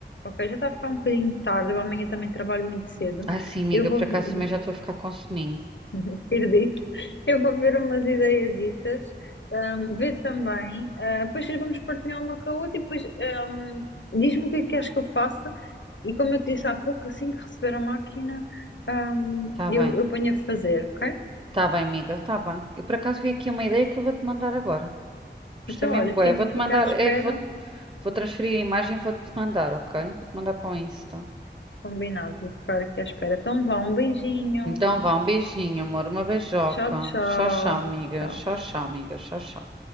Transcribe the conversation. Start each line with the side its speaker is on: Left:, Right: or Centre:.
Left: ok? Já está a ficar um bocadinho tarde, eu amanhã também trabalho muito cedo.
Right: Ai sim, amiga,
Left: Eu vou,
Right: por acaso também já estou a ficar com soninho.
Left: Acredito. Eu vou ver umas ideiazitas, ahm, ver também. ah, depois vamos partilhar uma com a outra e depois ahm, diz-me o que é que queres que eu faça. E como eu te disse há pouco, assim que receber a máquina, ahm,
Right: tá
Left: eu,
Right: bem.
Left: eu ponho a fazer, ok?
Right: Tá bem, amiga, tá bem. Eu por acaso vi aqui uma ideia que eu vou-te mandar agora. Gostei
Left: Então,
Right: mesmo,
Left: olha,
Right: bué.
Left: fica,
Right: Vou-te
Left: fica
Right: mandar,
Left: à espera.
Right: é, vou, vou transferir a imagem e vou-te mandar, ok? Vou-te mandar para o Insta.
Left: Combinado, vou ficar aqui à espera. Então, vá, um beijinho.
Right: Então vá, um beijinho, amor, uma beijoca.
Left: Tchau, tchau.
Right: Tchau, tchau, amiga.
Left: Tchau.
Right: Tchau, tchau, amiga. Tchau, tchau.